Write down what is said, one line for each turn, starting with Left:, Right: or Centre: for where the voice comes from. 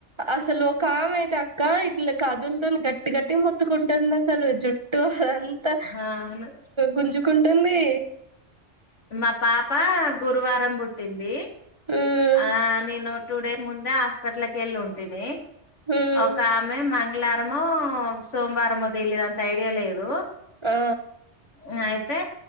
Right: అసలు ఒక ఆమె అయితే అక్క ఇల కాదులుతుంది గట్టి గట్టి మొత్తుకుంటుంది అసలు జుట్టు అంతా
Left: అవును
Right: గుంజుకు తంది
Left: ఉ మా పాపా గురువారం బుట్ ఎంది
Right: మ్మ్
Left: ఆ నేను టూ డేస్ ముందే హాస్పిటల్కి వెళ్ళి ఉంటేంది
Right: మ్మ్
Left: ఒక ఆమె మంగళారము సోమవారం మో తెలియదు అంత ఐడియా లేదు
Right: ఆ
Left: అ అయితే